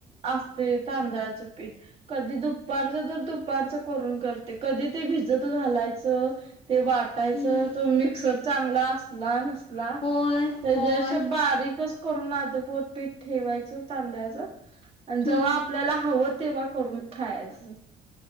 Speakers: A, on the right (about 35°); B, on the left (about 35°).
A: असते तांदळाचं पीठ कधी दुपारच तर दुपारच करून करते कधी ते भिजत घालायचं ते वाटायचं
B: हम्म
A: तो मिक्सर चांगला असला नस त्या
B: होय होय
A: बारीकच करून अदपोर पीठ ठेवायच तांद्याच आणि
B: हम्म
A: जेव्हा आपल्याला हवं तेव्हा करून खायच